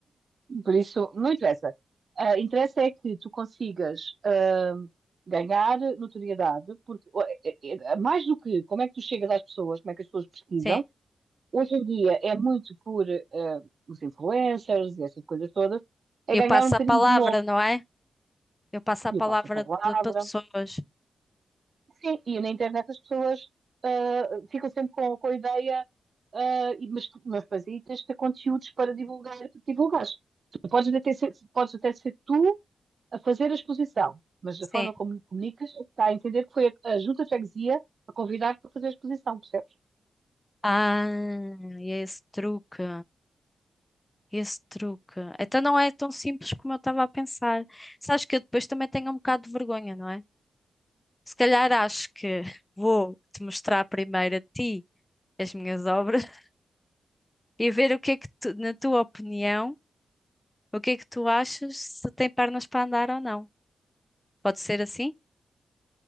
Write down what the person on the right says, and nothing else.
Por isso, não interessa. Ah, interessa é que tu consigas ah, ganhar notoriedade, porque ó, é- é- é- mais do que como é que tu chegas às pessoas, como é que as pessoas pesquisam,
hoje em dia é muito por ah, os influencers e essas coisas todas, é
ganhar
um bocadinho
de novo.
E
o passo a palavra,
Sim, e na internet as pessoas ah, ficam sempre com, com a ideia, ah, e- mas, tu- mas depois aí tens de ter conteúdos para divulgar, para divulgares. Tu podes até ser, podes até ser tu a fazer a exposição, mas da
forma como comunicas, está a entender que foi a, a junta de freguesia a convidar-te para fazer a exposição, percebes?